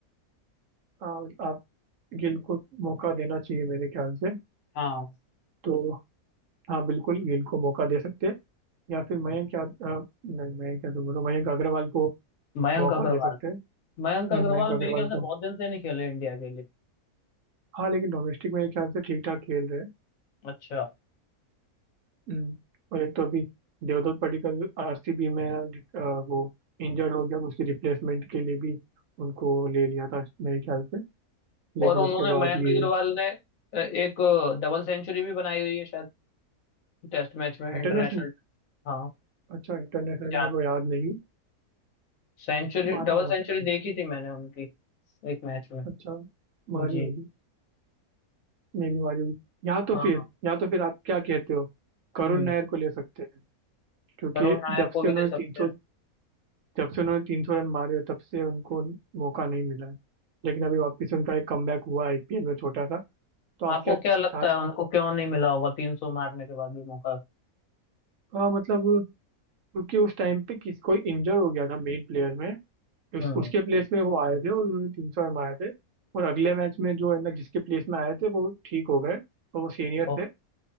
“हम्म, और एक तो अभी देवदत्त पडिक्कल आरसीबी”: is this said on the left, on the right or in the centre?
Right